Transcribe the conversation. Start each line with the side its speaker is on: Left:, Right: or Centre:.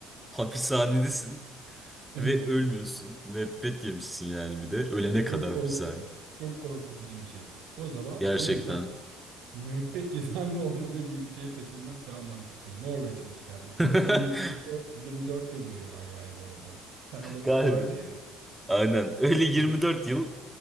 Centre: hapishanedesin
Right: Evet.
Centre: ve ölmüyorsun. Müebbet yemişsin yani bir de. Ölene kadar
Right: Çok kork
Centre: hapishane.
Right: çok korkutucu bir şey. O zaman
Centre: Gerçekten.
Right: o yüzden Müebbet cezanın olmadığı bir ülkeye taşınmak daha mantıklı. Norveç mesela. Maksimum
Centre: <laughs>
Right: 24, 24 yıl veriyorlar galiba orada. Bir tane lavuk
Centre: Galiba.
Right: vardı ya.
Centre: Aynen. Öyle Yirmi
Right: Şey,
Centre: dört yıl